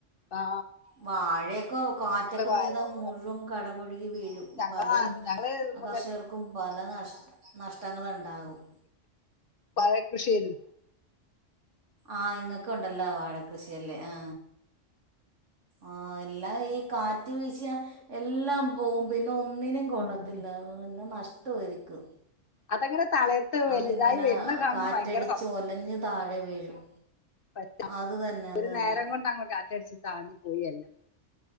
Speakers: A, on the left; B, on the right.
A: ആ
B: വാഴൊക്കെ കാറ്റക്ക
A: ഇപ്പൊ വ-
B: പെയ്താ
A: വ-
B: മുഴ്വാൻ കടപൊഴുകി വീഴും
A: ഞങ്ങളാ
B: പല
A: ഞങ്ങള് മറ്റേ
B: കർഷകർക്കും പല പല നഷ് നഷ്ട്ടങ്ങളാണ്ടാകും
A: വാഴ കൃഷിയായ്ന്
B: ആഇങ്ങക്ക് ഒ ണ്ടല്ലേ വാഴ കൃഷിയല്ലേ ആ ആ എല്ല ഈ കാറ്റ് വീശ എല്ലാം പോകും. പിന്നെ ഒന്നിനും കൊള്ളത്തില്ലന്നെ
A: ഉം.
B: നഷ് നഷ്ടൊരിക്കും.
A: അതങ്ങനെ തളർത്ത് വലുതായി
B: അതിങ്ങനെ,
A: വരുന്ന കാണുമ്പോ
B: കാറ്റടിച്ചു
A: ഭയങ്കര
B: ഒലഞ്ഞഞ് താഴെ വീഴും.
A: പറ്റ,
B: അത് തന്നെ അത്
A: ഒരു
B: തന്നെ
A: നേരം കൊണ്ട് അങ്ങോ കാറ്റടിച്ച് ചാഞ്ഞി പോയെ എല്ലം -